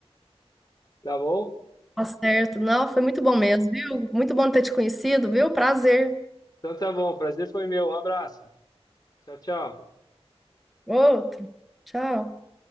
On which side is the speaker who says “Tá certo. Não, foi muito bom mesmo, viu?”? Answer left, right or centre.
Centre